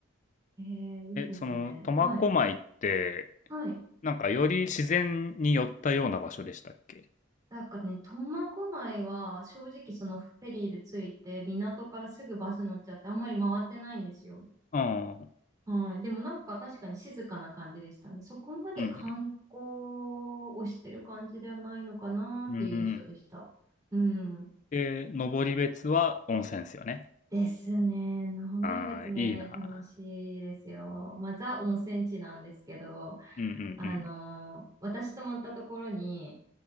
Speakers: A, on the right; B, on the left.
A: ええ、いいですね。
B: え、その、苫小牧って、
A: はい。はい。
B: なんかより自然に寄ったような場所でしたっけ？
A: なんかね、苫小牧は正直そのフェリーで着いて港からすぐバス乗っちゃってあんまり回ってないんですよ。
B: うん。
A: はい。でもなんか確かに静かな感じでしたね。そこまで観光
B: うん
A: をしてる感じではないのかなっていう印象でした。
B: うん。うん。
A: うん。
B: で、登別は温泉ですよね。
A: ですね。登別ね、
B: ああ、いいな。
A: 楽しいですよ。まあ、ザ温泉地なんですけど、
B: うんうんうん。
A: あの私泊まったところに、